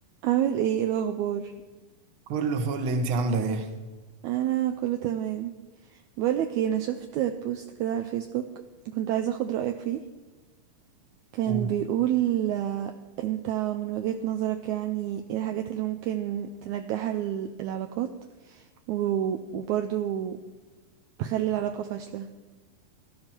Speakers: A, on the right; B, on the right.
A: عامل ايه إيه الاخبار
B: كله فل انت عامله ايه
A: انا كله تمام بقولك ايه انا شفت بوست كده على الفيسبوك كنت عايزه اخد رايك فيه كان
B: مم.
A: بيقول آه، انت من وجهة نظرك يعني ايه الحاجات اللي ممكن تنجح ال- العلاقات و- وبرضو تخلي العلاقه فاشله